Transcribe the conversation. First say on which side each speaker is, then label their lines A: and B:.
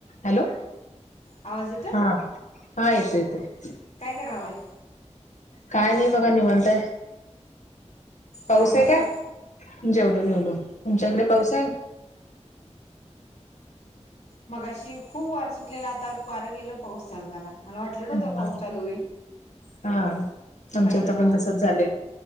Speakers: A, on the left; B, on the left.
A: हॅलो
B: आवाज येतोय
A: हा हा ययेत ययेत
B: काय करायलाय
A: काय नाही बघा नि म्हनताय पाऊस
B: जेवलासा
A: आहे का जेवलो जेवलो तुमच्याकडे पाऊस आहे
B: मग अशी खूप वार सुटलेला आता वारं गेलं पाऊस चालू झाला मला वाटलं नव्हत
A: हा
B: पाऊस चालू होईल
A: हा आमच्या
B: कारण
A: इथं पण तसच झालंय